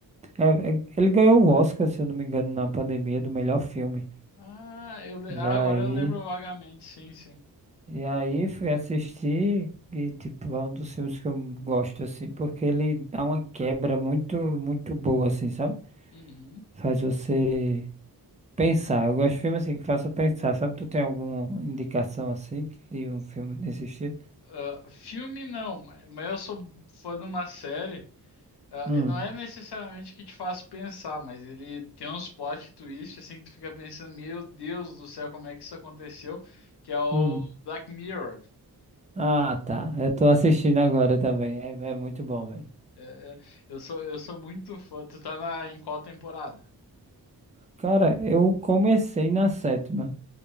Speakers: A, on the right; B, on the left.
A: É, é- ele ganhou o Oscar, se eu não me engano, na pandemia do melhor filme.
B: Ah, eu, le-
A: E
B: ah,
A: aí,
B: agora eu lembro vagamente, sim, sim.
A: e aí fui assistir e, tipo, é um dos filmes que eu gosto, assim, porque ele dá uma quebra muito, muito boa, assim, sabe?
B: Uhum.
A: Faz você pensar. Eu gosto de filmes assim que façam pensar, sabe? Tu tem alguma indicação, assim, de um filme desse estilo?
B: Ah, filme não, ma- mas eu sou fã de uma série. ah,
A: Hum,
B: e não é necessariamente que te faz pensar, mas ele tem uns plot twist assim que tu fica pensando, meu Deus do céu, como é que isso aconteceu? Que é o
A: hum.
B: Black Mirror.
A: Ah, tá. Eu tô assistindo agora também. É, é muito bom, velho.
B: É, é, eu sou, eu sou muito fã. Tu tá na, em qual temporada?
A: Cara, eu comecei na sétima.